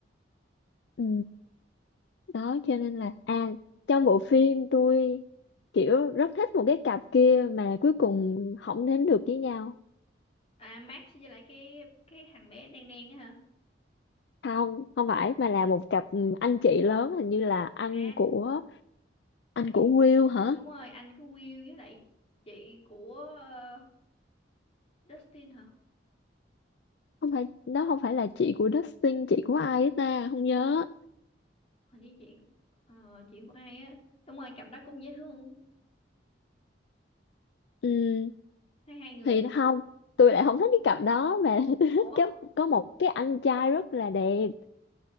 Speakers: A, on the left; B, on the left.
A: ừ. đó cho nên là à trong bộ phim tôi kiểu rất thích một cái cặp kia mà cuối cùng không đến được với nhau
B: À Max với lại cái cái thằng bé đen đen á hả?
A: không không phải mà là một cặp anh chị lớn hình như là anh
B: À
A: của anh
B: anh
A: của Will hả
B: đúng rồi anh của Will với lại chị của ờ, Dustin hả?
A: không phải đó không phải là chị của Dustin chị của ai ấy ta không nhớ
B: hình như chị ờ, chị của ai á đúng rồi cặp đó cũng dễ thương
A: ừ,
B: hai hai người
A: thì không tôi lại không thích cái cặp đó mà <laughs> tôi thích
B: ủa
A: cái có một cái anh trai rất là đẹp